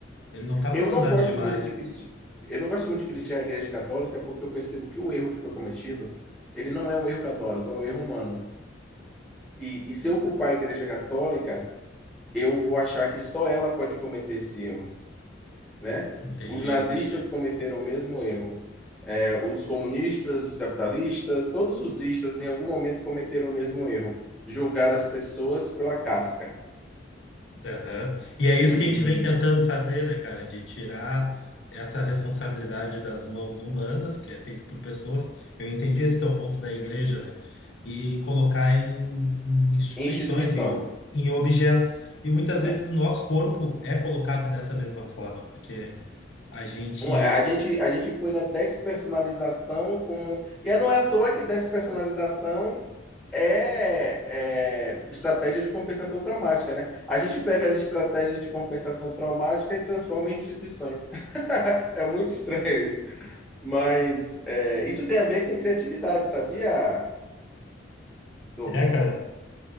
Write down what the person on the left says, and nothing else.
ele não tá
fazendo
nada
demais.
Entendi,
entendi.
Aham. E é isso
que a gente vem tentando fazer, né, cara? De tirar essa responsabilidade das mãos humanas, que é feito por pessoas. Eu entendi esse teu ponto da igreja, né? E colocar em, em instituições,
em, o- em objetos. E muitas
vezes o nosso corpo é colocado dessa mesma forma, porque a gente.
É, cara.